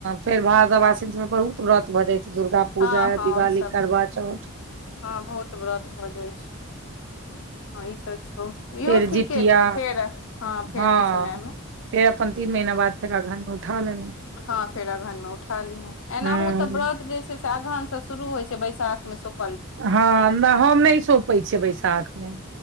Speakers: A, on the right (about 60°); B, on the left (about 65°).
A: फेर भादव आसीन <unintelligible> बहुत व्रत भ जाय छैय दुर्गा पूजा,
B: हँ हँ
A: दिवाली,
B: ओहि सब
A: करवाचौथ।
B: हँ बहुत व्रत भ जाय छै हँ इ त छौ। इहो
A: फेर
B: ठीके
A: जितिया
B: छौ फेर हं फेर
A: हँ
B: ओहि समयमें
A: फेर अपन तीन महिना बाद फेर अगहन में उठा लेलौं।
B: हँ फेर अगहन में उठा लीहें, एनाहु
A: हूं
B: त व्रत जे छैय अगहनस शुरू होय छैय बैसाख में सोप
A: हँ ना हम नैय सोपै छियै बैसाख में।